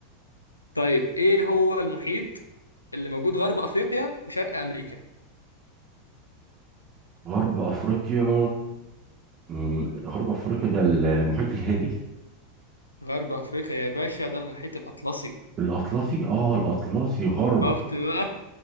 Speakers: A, on the left; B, on the right.
A: طيب ايه هو المحيط اللي موجود غرب افريقيا وشرق امريكا
B: غرب افريقيا مم، غرب افريقيا ده المحيط الهادي
A: غرب افريقيا يا باشا ده المحيط الاطلسي
B: الاطلسي اه الاطلسي غرب
A: شفت بقى